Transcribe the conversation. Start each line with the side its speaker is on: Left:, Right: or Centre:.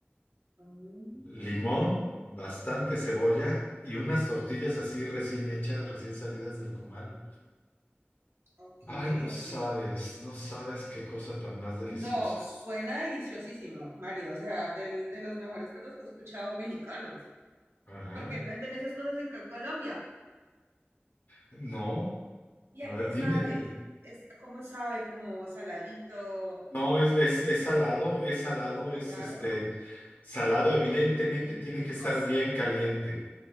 Right: Mm,
Left: Limón, bastante cebolla y unas tortillas así recién hechas, recién salidas del comal.
Right: ok,
Left: Ay, no sabes,
Right: ok.
Left: no sabes qué cosa tan más deliciosa.
Right: No, suena deliciosísimo, Mario. O sea, del- de los mejores platos que he escuchado mexicanos.
Left: Ajá.
Right: ¿Por qué no venden esas cosas en en Colombia?
Left: No,
Right: ¿Y
Left: a
Right: a qué
Left: ver, dime,
Right: sabe?
Left: dime.
Right: Es, ¿cómo sabe? Como saladito,
Left: No, es, es, es salado, es salado,
Right: salado
Left: es este salado, evidentemente
Right: y
Left: tiene
Right: picoso.
Left: que estar bien caliente